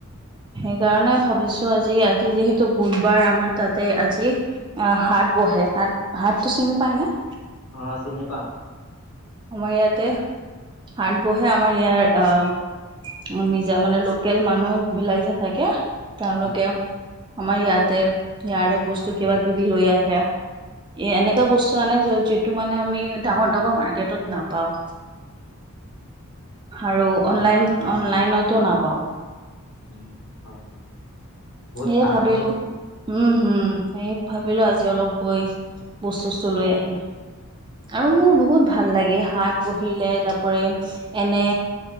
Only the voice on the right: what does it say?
সেইকাৰণে ভাবিছো আজি আজি যিহেতু বুধবাৰ আমাৰ তাতে আজি অ, হাট বহে হাট হাট টোচি চিনি পায়নে?
আমাৰ ইয়াতে হাট বহে আমাৰ ইয়াৰ আহ নিজা মানে লোকেল মানুহ বিলাক যে থাকে তেওঁলোকে
আমাৰ ইয়াতে ইয়াৰে বস্তু কিবা কিবি লৈ আহে। এ এনেকুৱা বস্তু আনে যিটো মানে আমি ডাঙৰ ডাঙৰ মাৰ্কেটত নাপাও। আৰু
অনলাইন
অনলাইনতো
নাপাওঁ
সেয়ে
ভাবিলো
উম হম। সেই ভাবিলো আজি অলপ গৈ বস্তু ব্তু লৈ আহিম। আৰু মোৰ বহুত ভাল লাগে হাত বহিলে তাৰপৰে এনে,